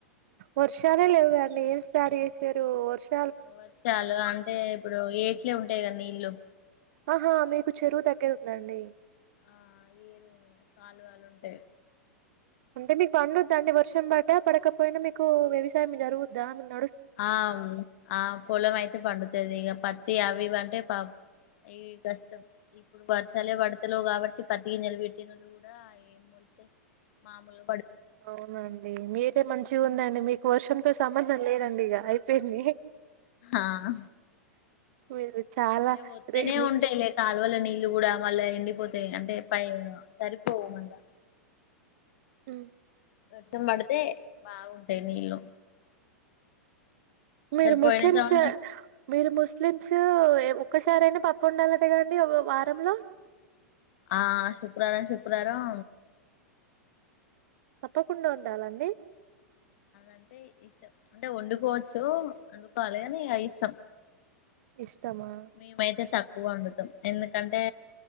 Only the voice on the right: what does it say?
వర్షాలే లేవుగా అండి ఏం స్టార్ట్ ఏసిరు వర్ష్
అహా మీకు చెరువు దగ్గర ఉంద అండి
అంటే మీకు పండుద్దా అండి వర్షం బడ్డా పడకపోయినా మీకు వ్యవసాయం జరుగుద్దామిన్
అవునా అండి మీరే మంచిగుందండి మీకు వర్షంతో సంబంధం లేదండి ఇగ అయిపోయింది
మీరు చాలా
రే మీ
ఉ
మీరు
ముస్లిమ్సే
మీరు ముస్లిమ్స్ ఎ ఒక్కసారైనా పప్పు ఒండాలట గదండి వ వారంలో
తప్పకుండా ఒండాలా అండి
ఇష్టమా